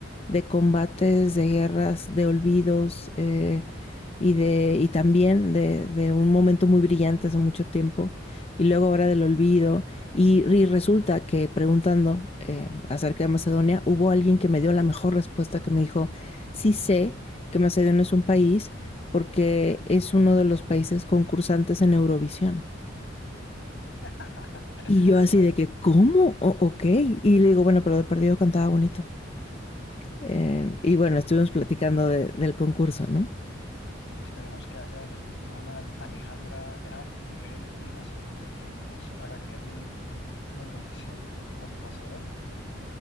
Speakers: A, on the left; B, on the left.
A: de combates, de guerras, de olvidos eh, y, de, y también de, de, un momento muy brillante hace mucho tiempo y luego ahora del olvido. Y, y resulta que preguntando eh, acerca de Macedonia, hubo alguien que me dio la mejor respuesta que me dijo, sí sé que Macedonia es un país porque es uno de los países concursantes en Eurovisión.
B: <laughs>
A: Y yo así
B: Bueno,
A: de que, ¿cómo? O ok. Y le digo, bueno, pero de perdido cantaba bonito. Eh, y bueno, estuvimos
B: esperemos
A: platicando
B: que,
A: de- del concurso, ¿no?
B: esperemos que haya en el futuro una Al- Alejandra Gra- de Great de Macedonia que nos haga quedar bien en, en Eurovisión a los macedonios.